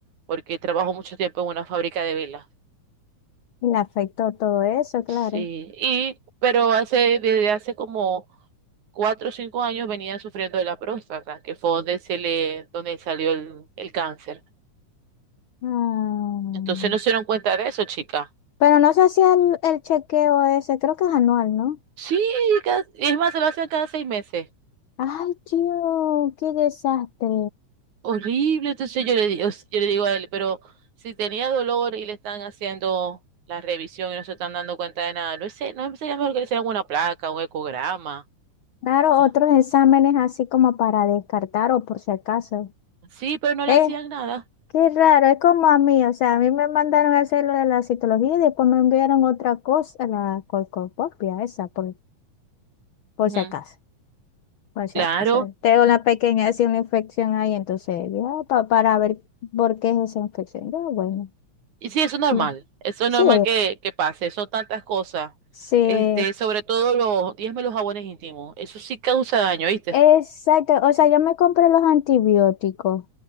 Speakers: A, on the right; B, on the left.
A: porque trabajó mucho tiempo en una fábrica de velas.
B: y le afectó todo eso, claro.
A: Sí, y, pero hace, desde hace como cuatro o cinco años venía sufriendo de la próstata, que fue donde se le, donde salió el, el cáncer.
B: Ah,
A: Entonces no se dieron cuenta de eso, chica.
B: pero no se hacía el, el chequeo ese, creo que es anual, ¿no?
A: Sí, cada- es más, se lo hacen cada seis meses.
B: Ay, tío, qué desastre.
A: Horrible. Entonces yo le, di- yo le digo a él, pero si tenía dolor y le están haciendo la revisión y no se están dando cuenta de nada, no sé, no sería mejor que le hicieran una placa, un ecograma.
B: Claro,
A: Ya.
B: otros exámenes así como para descartar o por si acaso.
A: Sí, pero no le
B: Eh,
A: hacían nada.
B: qué raro, es como a mí, o sea, a mí me mandaron a hacer lo de la citología y después me enviaron otra cosa, la colcopopia, esa, por, por
A: Ujú.
B: si acaso, por si
A: Claro.
B: acaso. Tengo una pequeña, así una infección ahí, entonces, ya, pa- para ver por qué es esa infección. Yo, bueno,
A: Y sí, eso es normal,
B: no.
A: eso es
B: Sí,
A: normal que, que pase, son tantas cosas,
B: sí,
A: este, sobre todo los, dígame los jabones íntimos, eso sí causa daño, ¿viste?
B: exacto, o sea, yo me compré los antibióticos.